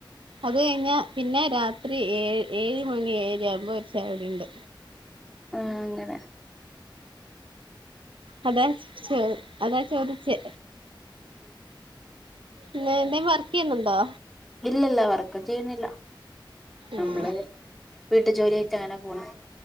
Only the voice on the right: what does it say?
അത് കഴിഞ്ഞ പിന്നെ രാത്രി ഏഴ് ഏഴ് മണി ഏഴര ആവുമ്പോ ഒരു ചായകുടിണ്ട്
അതാ ചോ അതാ ചോദിച്ചേ
ഇങ്ങളെന്തെ വറക്കെയ്യുന്നുണ്ടൊ
ആഹ്